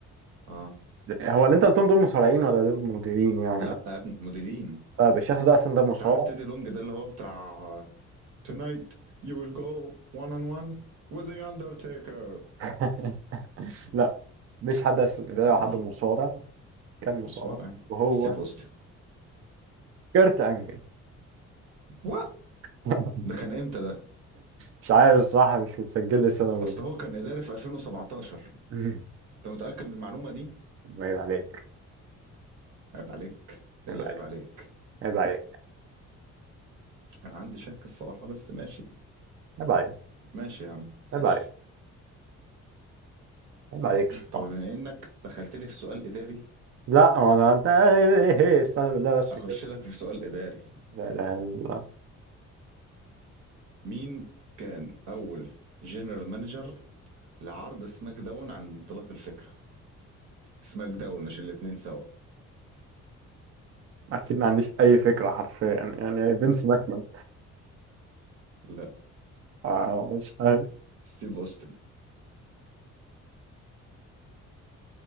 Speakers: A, on the right; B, on the right.
A: اه
B: هو اللي انت قلتهم دول مصارعين ولا دول مديرين يعني
A: لا يا ابني مديرين
B: طيب الشخص ده اصلا ده مصارع
A: انت عارف تيدي لونج ده اللي هو بتاع Tonight you will go one on one with the Undertaker
B: <laughs> لا مش حد اصلا ده
A: ماشي
B: حد مصارع كان مصارع
A: مصارع
B: وهو
A: ستيف اوستن
B: كرت انجل
A: وا
B: <laughs>
A: ده كان امتى ده؟
B: مش عارف الصراحه مش متسجل لي سنه بالظبط
A: اصل هو كان اداري في 2017
B: <laughs>
A: انت متأكد من المعلومة دي؟
B: عيب عليك
A: عيب عليك
B: عيب
A: اللي
B: عليك
A: عيب عليك
B: عيب عليك
A: انا عندي شك الصراحة بس ماشي
B: عيب عليك
A: ماشي يا عم
B: عيب
A: ماشي
B: عليك عيب عليك الصراحه
A: طب بما انك دخلت لي في سؤال اداري
B: لا ما انا انت ايه إيه، إيه، استهلا بالله بس
A: اخش
B: كده
A: لك في سؤال اداري
B: لا اله الا الله
A: مين كان اول جنرال مانجر لعرض سماك داون عند انطلاق الفكرة سماك داون مش الاتنين سوا
B: اكيد ما عنديش اي فكره حرفيا يعني فينس ماكمان
A: لا
B: آه، مش عارف
A: ستيف اوستن